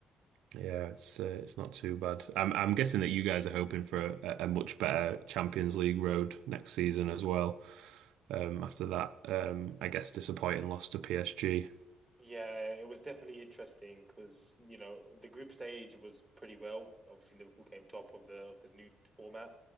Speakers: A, on the right; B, in the centre.
A: yeah, it's uh, it's not too bad. I'm I'm guessing that you guys are hoping for a, a much better Champions League road next season as well um, after that, um, I guess disappointing loss to PSG.
B: Yeah, it was definitely interesting because you know the group stage was pretty well. Obviously, Liverpool came top of the of the new format,